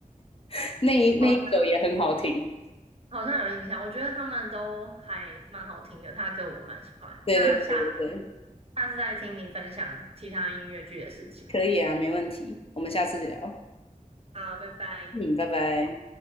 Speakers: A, on the left; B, on the right.
A: <laughs> 那一那一首也很好听。
B: 好像好像有印象。我觉得他们都还蛮好听的，他的歌我都蛮喜欢。
A: 对对对对对，
B: 那下下次再听你分享其他音乐剧的事情。
A: 可以啊，没问题，我们下次聊。
B: 好，拜拜。
A: 嗯，拜拜。